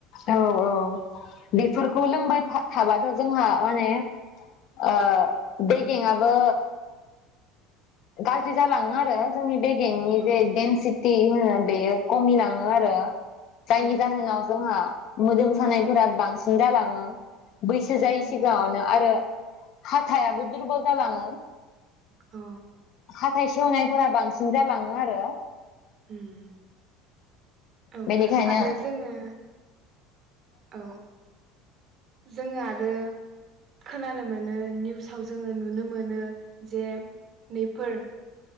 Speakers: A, on the left; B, on the right.
A: औ औ बेफोरखौ लोंबाय थाबा जोंहा माने ओ बेगेङाबो गाज्रि जालाङो आरो जोंनि बे बेंनि
B: औ
A: जे देनसिटि होनो बेयो खमिलाङो आरो जायनि
B: औ
A: जाहोनाव जोंहा मोदोम सानायफोरा बांसिन जालाङो बैसो जायै
B: औ
A: सिगाङावनो आरो हा थायाबो दुरबल जालाङो
B: अ
A: हाथाय सेवनायफोरा बांसिन जालाङो आरो
B: ओम औ
A: बेनिखायनो
B: आरो जोङो औ जोङो आरो खोनानो मोनो निउसाव जोङो नुनो मोनो जे नैफोर